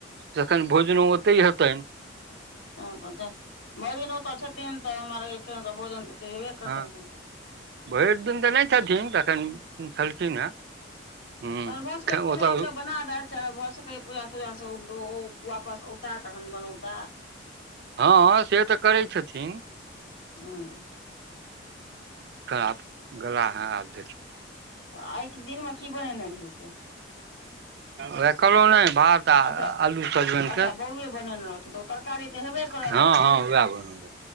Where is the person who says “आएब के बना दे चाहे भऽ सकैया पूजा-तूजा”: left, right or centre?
Left